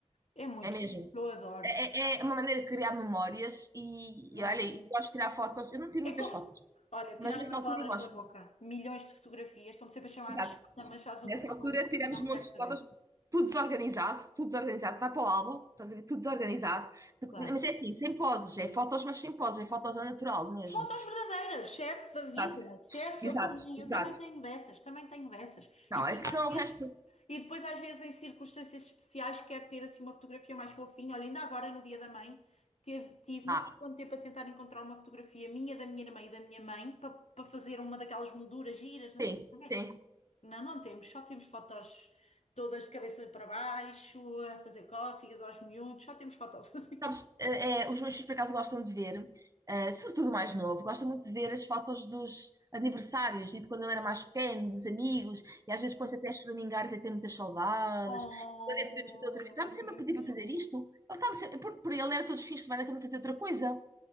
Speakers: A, on the left; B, on the right.
A: É muito
B: é mesmo.
A: fixe, eu adoro.
B: É, é- é uma maneira de criar memórias e,
A: Não
B: e olha,
A: é?
B: e gosto de tirar fotos. Eu não tiro
A: É
B: muitas
A: como...
B: fotos,
A: Olha,
B: mas
A: tiraste
B: nessa
A: umas
B: altura
A: palavras
B: eu gosto.
A: da boca. Milhões de fotografias, estão sempre a chamar
B: Exato.
A: de chata, mas sabes o
B: Nessa
A: que é uma
B: altura
A: coisa?
B: tiramos
A: Não
B: montes
A: quero
B: de
A: saber.
B: fotos, tudo desorganizado, tudo desorganizado. Vai para o álbum, estás a ver, tudo desorganizado.
A: Claro.
B: Mas é assim, sem poses, é fotos, mas sem poses, é fotos ao natural mesmo.
A: Fotos verdadeiras, certo? Da vida,
B: Exato,
A: certo? Eu
B: exato,
A: também,
B: exato.
A: eu também tenho dessas, também tenho dessas.
B: Não,
A: E depois
B: é que
A: às
B: são o
A: vezes,
B: resto.
A: e depois às vezes em circunstâncias especiais quero ter assim uma fotografia mais fofinha. Olha, ainda agora no Dia da Mãe teve, tive não
B: Ah,
A: sei quanto tempo a tentar encontrar uma fotografia minha, da minha irmã e da minha mãe para para fazer uma daquelas molduras giras, não
B: Sim,
A: sei o que
B: sim.
A: é. Não, não temos, só temos fotos todas de cabeça para baixo, a fazer cócegas aos miúdos, só temos fotos assim.
B: Sabes,
A: <laughs>
B: eh, eh, os meus filhos, por acaso, gostam de ver, eh, sobretudo o mais novo, gostam muito de ver as fotos dos aniversários e de quando ele era mais pequeno, dos amigos, e às vezes põe-se até a choramingar e dizer que tem muitas saudades.
A: Oh,
B: Quando é que podemos fazer outra vez? Está-me
A: não me
B: sempre
A: digas
B: a pedir
A: isso.
B: para fazer isto. Ele estava sempre, por, por ele era todos os fins de semana que eu me fazia outra coisa.